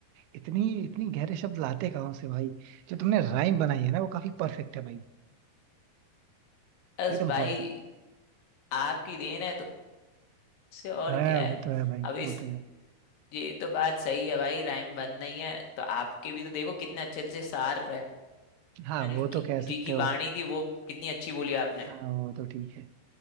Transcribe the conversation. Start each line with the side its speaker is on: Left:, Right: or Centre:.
Right: इतनी इतनी गहरे शब्द लाते कहाँ से भाई जो तुमने राइम बनाई है ना वो काफी परफेक्ट है भाई
Left: बस
Right: एकदम
Left: भाई
Right: परफेक्ट
Left: आपकी देन है तो उससे और
Right: है
Left: क्या है
Right: वो तो है भाई
Left: अब इस
Right: वो तो है
Left: ये तो बात सही है भाई राइम बन नहीं है तो आपके भी तो देखो कितने अच्छे अच्छे सार रहन
Right: हाँ
Left: की
Right: वो तो कह सकते
Left: जी की
Right: हो
Left: बाणी थी वो कितनी अच्छी बोली आपने
Right: हाँ वो तो ठीक है